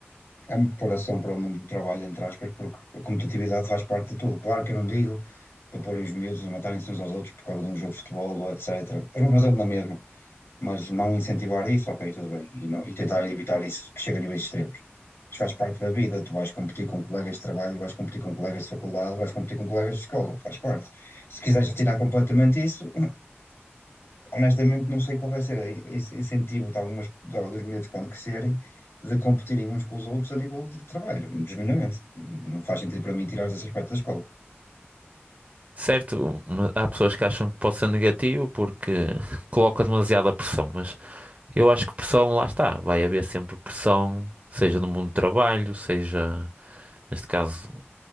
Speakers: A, on the left (about 80°); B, on the right (about 35°).
A: é uma preparação para o mundo do trabalho, entre aspas, porque a competitividade faz parte de tudo. Claro que eu não digo para porem os miúdos a matarem-se uns aos outros por causa de um jogo de futebol ou etc. É uma coisa na mesma, mas não incentivar isso, ok, tudo bem, e, não- e tentar evitar isso que chega a níveis extremos. Isto faz parte da vida, tu vais competir com colegas de trabalho, vais competir com colegas de faculdade, vais competir com colegas de escola, faz parte. Se quiseres retirar completamente isso, <laughs> Honestamente, não sei qual vai ser esse incentivo de algumas, de, dos miúdos quando crescerem de competirem uns com os outros a nível de trabalho, genuinamente. Não faz sentido para mim tirar esse aspecto da escola,
B: Certo, uma- há pessoas que acham que pode ser negativo porque <laughs> coloca demasiada pressão, mas eu acho que pressão, lá está, vai haver sempre pressão, seja no mundo do trabalho, seja, neste caso,